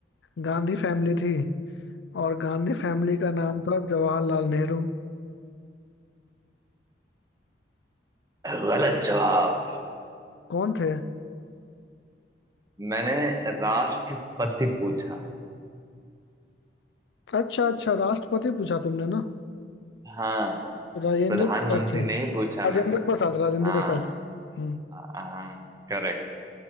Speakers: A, on the left; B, on the right.
A: गांधी फैमिली थी और गांधी फैमिली का नाम था जवाहरलाल नेहरू
B: गलत जवाब
A: कौन थे
B: मैंने राष्ट्रपति पूछा
A: अच्छा अच्छा राष्ट्रपति पूछा तुमने ना
B: हाँ
A: तो राजेंद्र
B: प्रधानमंत्री
A: प्रसाद थे
B: नहीं पूछा
A: राजेंद्र
B: मैंने
A: प्रसाद राजेंद्र
B: हाँ
A: प्रसाद हम्म, हम्म
B: हाँ करेक्ट